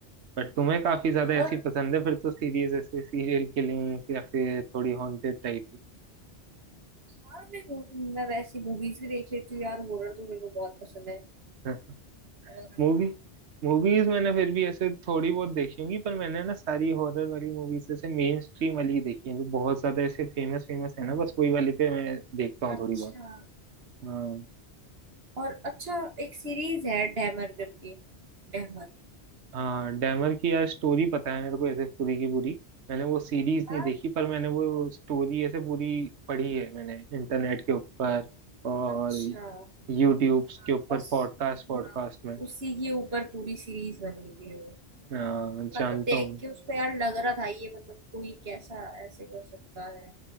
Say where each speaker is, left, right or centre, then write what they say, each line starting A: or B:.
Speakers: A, on the right; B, on the right.
A: बट तुम्हें काफी ज्यादा ऐसी
B: और
A: पसंद है फिर तो सीरीज ऐसे सीरियल किलिंग या फिर थोड़ी हॉन्टेड टाइप की
B: हाँ मैं मैं वैसी मूवीज भी देख लेती हूँ यार हॉरर तो मेरे को बहुत पसंद है
A: <laughs>
B: और
A: मूवी मूवीज मैंने फिर भी ऐसे थोड़ी बहुत देखी होंगी पर मैंने ना सारी हॉरर वाली मूवीज ऐसे मेन स्ट्रीम वाली ही देखी है जो बहुत ज्यादा ऐसे फेमस फेमस है ना बस वही वाली पे मैं देखता हूँ
B: अच्छा
A: थोड़ी बहुत हाँ
B: और अच्छा एक सीरीज है डैमर करके डैमर
A: हाँ डैमर की यार स्टोरी पता है मेरे को ऐसे पूरी की पूरी मैंने वो सीरीज
B: डैमर
A: नहीं देखी पर मैंने वो स्टोरी ऐसे पूरी पढ़ी है मैंने इंटरनेट के ऊपर और
B: अच्छा
A: यूट्यूब
B: हाँ
A: के ऊपर
B: बस
A: पॉडकास्ट पॉडकास्ट
B: हाँ
A: में
B: उसी के ऊपर पूरी सीरीज बनी हुई है वो
A: हाँ, जानता
B: मतलब देख
A: हूँ
B: के उसको यार लग रहा था ये मतलब कोई कैसा ऐसे कर सकता है